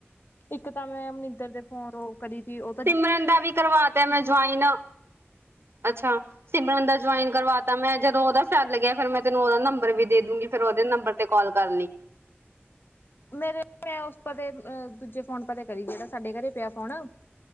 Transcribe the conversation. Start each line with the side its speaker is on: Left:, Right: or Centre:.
Left: ਇੱਕ ਤਾਂ ਮੈਂ ਮਿੰਦਰ ਦੇ ਫੋਨ ਕਰੀ ਦੀ ਓ
Right: ਸਿਮਰਨ ਦਾ ਵੀ ਕਰਵਾਤਾ ਮੈਂ ਜੌਇੱਨ, ਅੱਛਾ ਸਿਮਰਨ ਦਾ ਜੁਆਇਨ ਕਰਵਾ ਤਾਂ ਮੈਂ ਜਦੋਂ ਉਹਦਾ ਫੈਰ ਗਿਆ ਫਿਰ ਮੈਂ ਤੈਨੂੰ ਉਹਦਾ ਨੰਬਰ ਵੀ ਦੇ ਦੂਂਗੀ ਫਿਰਰ ਉਹਦੇ ਨੰਬਰ ਤੇ ਕੋਲ ਕਰ ਲੀਂ।
Left: ਮੇਰੇ ਮੈਂ ਉਸ ਪਤੇ ਦੂਜੇ ਫੋਨ ਪਤੇਂ ਕਰੀ ਜਿਹੜਾ ਸਾਡੇ ਘਰੇ ਪਿਆ ਫੋਣ।